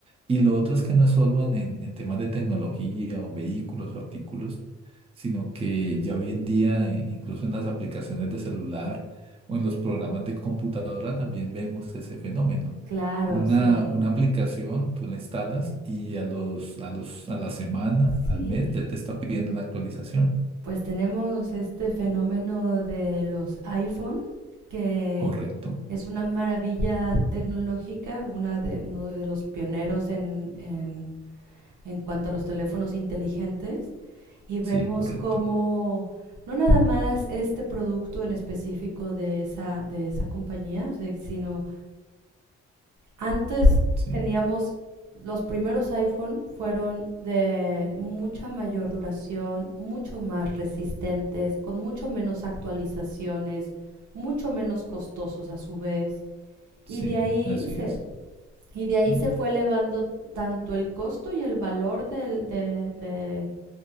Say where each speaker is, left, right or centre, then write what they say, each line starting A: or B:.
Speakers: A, on the right (about 20°); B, on the right (about 70°).
A: Y lo otro es que no es solo en, en- en temas de tecnología o vehículos o artículos, sino que ya hoy en día, eh, incluso en las aplicaciones de celular o en los programas de computadora, también vemos ese fenómeno.
B: Claro,
A: Una,
B: sí.
A: una aplicación, tú la instalas y a los, a los, a la semana,
B: Sí,
A: al mes, ya te está pidiendo una actualización.
B: pues tenemos este fenómeno de los iPhone, que
A: Correcto,
B: es una maravilla tecnológica, una de, uno de los pioneros en, en, en cuanto a los teléfonos inteligentes, y vemos
A: sí, correcto,
B: cómo no nada más este producto en específico de esa, de esa compañía, o sea, sino antes
A: sí,
B: teníamos los primeros iPhone fueron de mucha mayor duración, mucho más resistentes, con mucho menos actualizaciones, mucho menos costosos a su vez,
A: sí,
B: y de ahí
A: así
B: se,
A: es.
B: y de ahí
A: Mm,
B: se fue elevando tanto el costo y el valor del, de, de